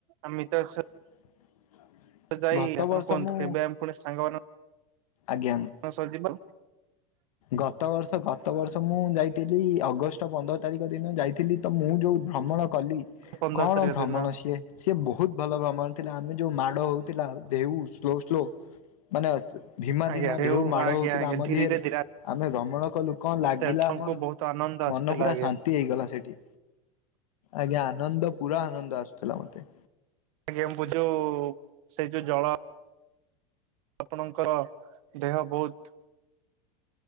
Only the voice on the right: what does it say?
ଆମେ ତ ସ
ତ ଯାଇ ଆପଣ
କୁହନ୍ତୁ
କେବେ ଆମେ ଫୁଣି ସାଙ୍ଗମାନ
ହଁ ସରଯିବ।
ପନ୍ଦର
ତାରିଖ
ଦିନ
ଆଜ୍ଞା
ହେଉ
ଆଜ୍ଞା
ଆଜ୍ଞା
ଧୀରେ
ଧୀରେ
ଆସ୍ତେ
ଆପଣଙ୍କୁ
ବହୁତ ଆନନ୍ଦ ଆସୁଥିଲା
ଆଜ୍ଞା।
ଆଜ୍ଞା ମୁଁ ଯୋଉ ସେଇ ଯୋଉ ଜଳ ଆପଣଙ୍କର ଦେହ ବୋହୁତ